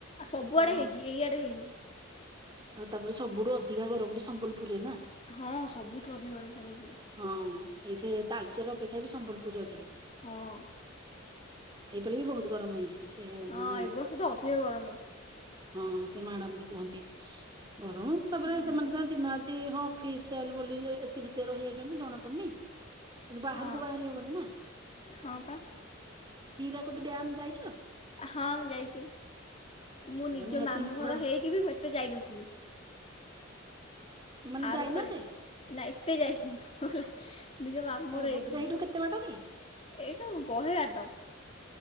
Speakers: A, on the left (about 30°); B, on the right (about 20°).
A: ଆ ସବୁଆଡ଼େ
B: ହଁ
A: ହେଇଛି ଏଇଆଡ଼େ ହେଇନି।
B: ଆଉ ତାପରେ ସବୁଠୁ ଅଧିକା ଗରମ ବି ସମ୍ବଲପୁରରେ ନା।
A: ହଁ ସବୁଠୁ ଅଧିକ ଗରମ ସମ୍ବଲପୁରୁରେ।
B: ହଁ ଏଇଠି ତାଲଚେର ଅପେକ୍ଷା ବି ସମ୍ବଲପୁରରେ ଅଧିକା।
A: ହଁ।
B: ଏଇପାଳି ବି ବହୁତ ଗରମ ହେଇଛି। ସେ
A: ହଁ
B: ମାନେ
A: ଏ ବର୍ଷୁ ତ ଅଧିକ ଗରମ
B: ହଁ ସେ ମ୍ୟାଡାମ ବି କୁହନ୍ତି ଗରମ ତାପରେ
A: ହୁଁ
B: ସେମାନେ ସେ ଦିନରାତି ହଁ। ଫେସିଆଲ ବ ଏ ସି ଫସି ରହି ଯାଉଛନ୍ତି ଜଣାପଡୁନି। କିନ୍ତୁ ବାହାରକୁ
A: ହଁ
B: ବାହାରି ହବନି ନା
A: ହଁ ପା
B: ହୀରା କୁଦ୍ ଡ୍ୟାମ ଯାଇଛ?
A: ହଁ ମୁଁ ଯାଇଛି ମୁଁ
B: ହଁ
A: ନିଜ
B: ନିହାତି
A: ମାମୁଁ
B: ହେପଟ
A: ଘର ହେଇକି ବି ମୁଁ ଏତେ ଯାଇନଥିଲି।
B: ମାନେ
A: ଆରପାଳି
B: ଯାଇନ ଏତେ
A: ନାଇ ଏତେ ଯାଇନି <unintelligible> ନିଜ ମାମୁଁ ଘର
B: ଓହୋ
A: ହେଇକି
B: ସେଇଠୁ କେତେ ବାଟ କି?
A: ଏଇଠୁ ବହେବାଟ।